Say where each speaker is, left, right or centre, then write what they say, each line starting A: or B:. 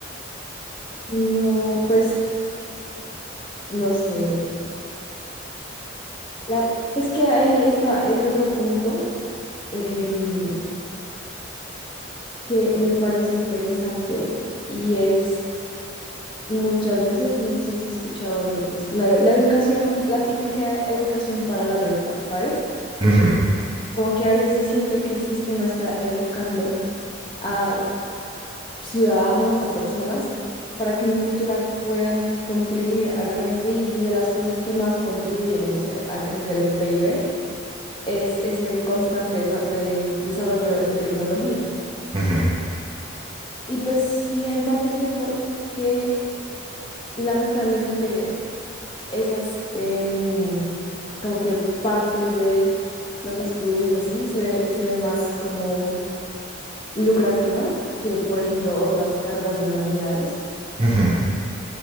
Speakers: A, on the left (about 25°); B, on the right (about 30°).
A: No, pues no sé. La- es que ahí está ese otro punto em, que me parece interesante y es muchas veces, no sé si has escuchado de pues, la, la educación, la típica educación para la renta, ¿sabes?
B: Ujú,
A: Como que a veces se siente que el sistema está educando a ciudadanos, a personas, para que en un futuro puedan contribuir a la renta y, y de las cosas que más contribuyen, no sé, a crecer el PIB, es ese constante desa- de, desarrollo de, de tecnología.
B: ujú,
A: Y pues sí, en parte siento que lamentablemente esas em, como que partes de los estudios así se ve, se ve más como lucrativa que, por ejemplo, otras carreras de humanidades
B: ujú.